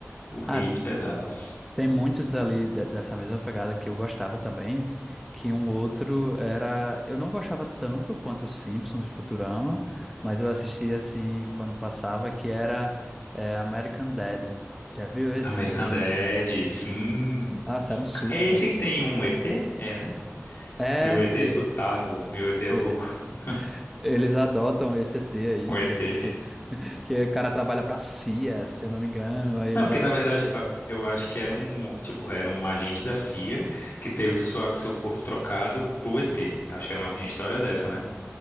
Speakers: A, on the left; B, in the centre.
A: O Rei
B: Ah.
A: do Pedaço.
B: Tem muitos ali de- dessa mesma pegada que eu gostava também, que um outro era, eu não gostava tanto quanto os Simpsons e Futurama, mas eu assistia assim quando passava, que era é, American Dad. Já viu esse?
A: American Dad, sim.
B: Nossa, era um surto.
A: É esse que tem um ET? É, né?
B: É
A: E o ET
B: que
A: assustado, e o ET
B: e-
A: louco. <laughs>
B: eles adotam esse ET aí,
A: O ET.
B: que, que, <laughs> que o cara trabalha pra CIA, se eu não me engano, aí eles
A: Não, porque
B: adotam
A: na verdade
B: esse ET.
A: a- eu acho que era um, tipo, era um agente da CIA que teve sua, seu corpo trocado pro ET. Eu Acho que era uma história dessa, né?